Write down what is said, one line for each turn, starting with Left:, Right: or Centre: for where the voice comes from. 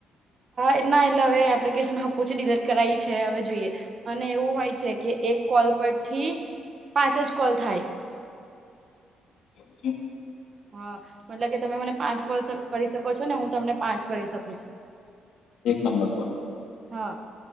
Right: એ ના એટલે હવે એપ્લિકેશન હ પછી ડિલીટ કરાવી છે હવે જોઈએ અને એવું હોય છે કે એક કોલ પર થી પાંચ જ કોલ થાય.
Left: એમું છે.
Right: હા મતલબ કે તમે મને પાંચ કોલ કરી શકો છો ને હું તમને પાંચ કરી શકું છુ.
Left: એક નંબર પર
Right: હા